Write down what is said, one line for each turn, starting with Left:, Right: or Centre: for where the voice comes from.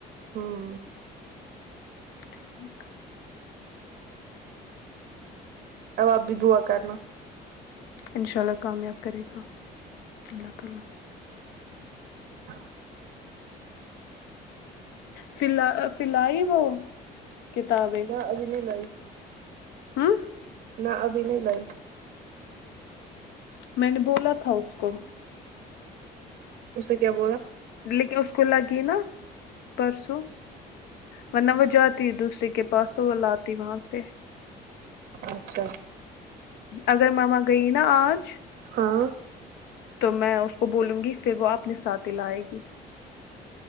Right: آمم
Left: ٹھیک
Right: اب آپ بھی دعا کرنا
Left: انشاء اللہ کامیاب کرے گا اللہ تعالی
Right: ہاں
Left: پھر لا آ پھر لائی وہ کتابیں
Right: نہ ابھی نہیں لائی
Left: ہمم
Right: نہ ابھی نہیں لائی
Left: میں نے بولا تھا اس کو
Right: اس سے کیا بولا
Left: لیکن اس کو لگی نا پرسوں ورنہ وہ جاتی دوسرے کے پاس تو وہ لاتی وہاں سے
Right: اچھا
Left: اگر مما گئی نا آج
Right: ہاں
Left: تو میں اس کو بولوں گی پھر وہ اپنے ساتھ ہی لائے گی